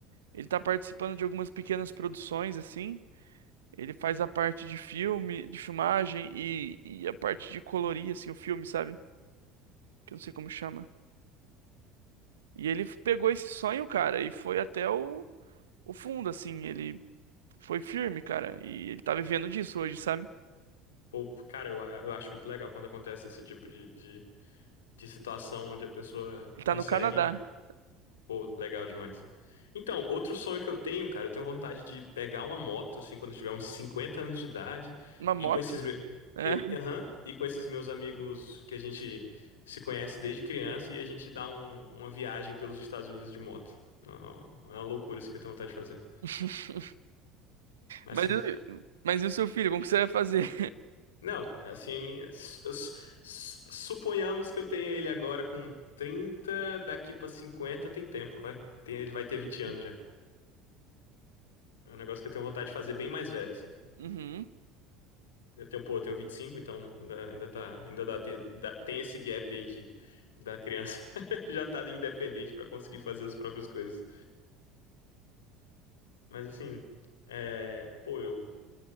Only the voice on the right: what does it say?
Ele tá participando de algumas pequenas produções assim. Ele faz a parte de filme, de filmagem e, e a parte de colorir, assim, o filme, sabe? Que eu não sei como chama. E ele f- pegou esse sonho, cara, e foi até o, o fundo, assim. Ele foi firme, cara. E ele tá vivendo disso hoje, sabe?
Ele
tá no Canadá.
Uma
moto,
né?
<laughs>
Mas,
e- mas e o seu filho? Como que você vai fazer?
<laughs>
Uhum.